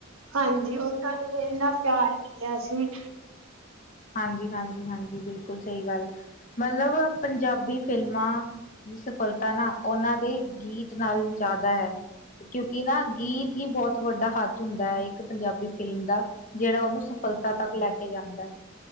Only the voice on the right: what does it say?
ਹਾਂਜੀ, ਉਹਨਾਂ ਨੂੰ ਇੰਨ੍ਹਾਂ ਪਿਆਰ ਮਿਲਿਆ ਸੀ